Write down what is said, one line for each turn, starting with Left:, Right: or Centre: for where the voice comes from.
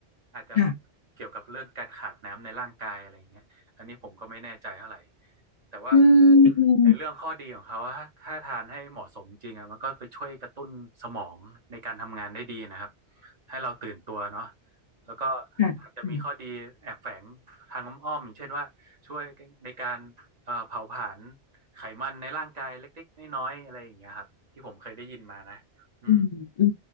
Right: อาจจะ
Left: ค่ะ
Right: เกี่ยวกับเรื่องการขาดน้ำในร่างกายอะไรเงี้ยอันนี้ผมก็ไม่แน่ใจเท่าไหร่แต่ว่า
Left: อื
Right: ในเรื่องข้อดีของเขาถ้าถ้าทานให้เหมาะสมจริงอะมันก็ไปช่วยกระตุ้นสมองในการทำงานได้ดีนะครับ
Left: ม
Right: ให้เราตื่นตัวเนาะแล้วก็
Left: ค่ะอืม
Right: อาจจะมีข้อดีแอบแฝงทางอ้อมๆอย่างเช่นว่าช่วยในการเอ่อเผาผลาญไขมันในร่างกายเล็กๆน้อยๆอะไรอย่างเงี้ยครับที่ผมเคยได้ยินมานะอืม
Left: อืมอื